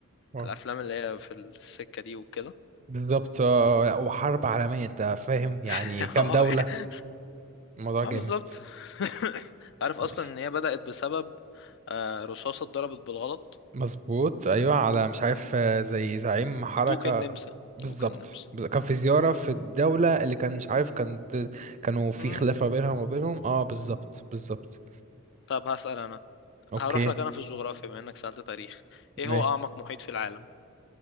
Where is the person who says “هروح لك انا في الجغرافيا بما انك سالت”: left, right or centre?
Left